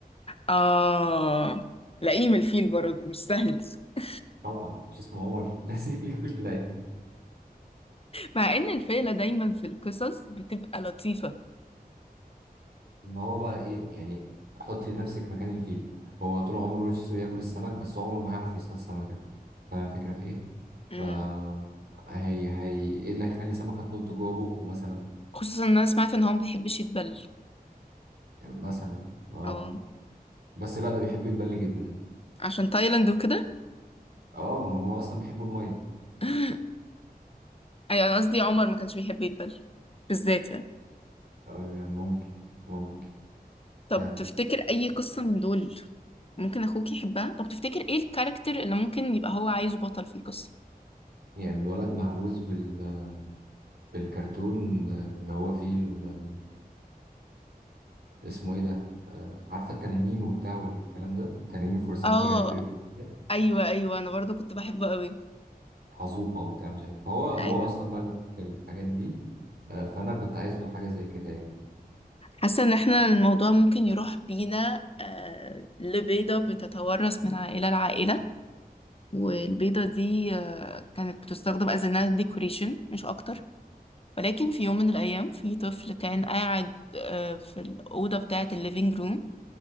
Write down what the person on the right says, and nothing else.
طبعا مش اسمه عمر <laughs> لازم ياكل لعيب
ما هو بقى ايه يعني حطي نفسك مكان الفيل هو طول عمره نفسه ياكل السمك بس هو عمره ما هيعرف يصطاد سمكة فاهم الفكرة في ايه ف
هي هي ايه اللي هيخلي سمكة تنط جوه بقه مثلا
يعني مثلا اه
بس لا ده بيحب يتبل جدا
اه ما هم اصلا بيحبوا المية
آه، ممكن ممكن
فعلا
يعني الولد مهووس بال... بالكرتون آه، اللي هو فيه ال... اسمه ايه ده آه، عارفة التنانين وبتاع والكلام ده تنانين فرسان
قرية بيرك وكده
حزوقة وبتاع مش عارف فهو هو
اصلا بقى بيحب الحاجات دي آه، فانا كنت عايز له حاجة زي كده يعني